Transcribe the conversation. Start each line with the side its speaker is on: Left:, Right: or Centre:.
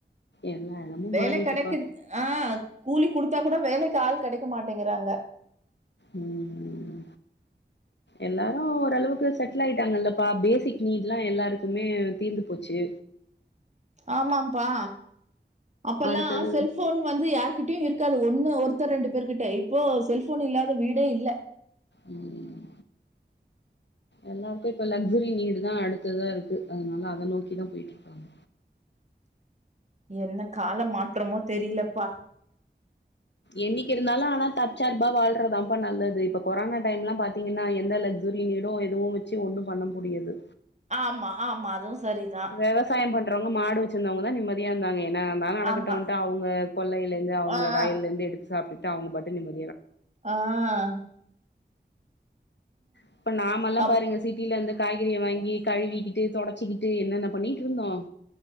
Left: எல்லா எடமு
Right: வேலேக்
Left: மாறிட்டுப்பா
Right: கெடக்குது ஆஹ் கூலி குடுத்தா கூட வேலைக் கால் கெடைக்க மாட்டேங்குறாங்க
Left: ம் எல்லாரு ஓரளவுக்கு செட்லாய்ட்டாங்கல்லப்பா பேசிக் நீட்லா எல்லாருக்மே தீந்து போச்சு
Right: ஆமாம்ப்பா அப்பல்லா
Left: அடுத்தது
Right: செல்ஃபோன் வந்து யார்கிட்யு இருக்காது ஒண்ணு ஒரு த்த ரெண்டு பேரு கிட்ட இப்போ செல்ஃபோன் இல்லாத வீடே இல்ல
Left: ம் எல்லாருக்கு இப்ப லக்சுரி நீடு தா அடுத்ததா இருக்கு அதனால அத நோக்கிதா போய்ட்ருக்காங்க
Right: என்ன கால மாற்றமோ தெரிலப்பா
Left: என்ணிக்கு இருந்தாலு ஆனா தற்சார்பா வாழ்றதாம்ப்பா நல்லது இப்ப கொரோனா டைம்லா பாத்தீங்கன்னா எந்த லக்சு ரி நீடு எதுவு வச்சு ஒண்ணு பண்ண முடியாது
Right: ஆமா ஆமா அதுவு சரிதா
Left: வெவசாயம் பண்றவங்க மாடு வெச்சிர்ந்தவங்கதா நிம்மதியா இருந்தாங்க என்ன வேணா நடக்கடுன்ட்டு
Right: ஆமா
Left: அவுங்க கொள்ளைலிந்து அவுங்க
Right: ஆ
Left: வயல்லிந்து
Right: ஆ
Left: எடுத்து சாப்ட்டுட்டு அவுங்க பாட்டு நிம்ம
Right: ஆஹ்
Left: இப்ப நாமல்லா
Right: அப்-
Left: பாருங்க சிட்டிலிந்து காய்கறிய வாங்கி கழுவிக்கிட்டு தொடச்சிக்கிட்டு என்னென்ன பண்ணீட்ருந்தோ